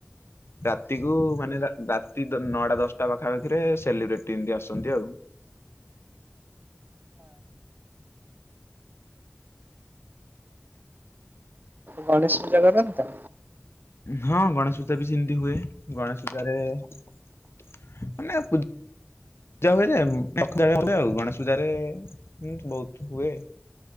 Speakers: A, on the left; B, on the right.
A: ରାତିକୁୁ ମାନେ ରାତି ନଅଟା ଦଶଟା ପାଖାପାଖିରେ ସେଲିବ୍ରେଟି ଏମିତି ଆସନ୍ତି ଆଉ।
B: ଗଣେଶ ପୂଜା କରନି ତ?
A: ହଁ ଗଣେଶ ପୂଜା ବି ସେମିତି ହୁଏ ଗଣେଶ ପୂଜାରେ ମାନେ ପୂଜା ପୂଜା ହୁଏ ଯେ ପୂଜ ହୁଏ ଆଉ ଗଣେଶ ପୂଜ ରେ ବହୁତ ହୁଏ।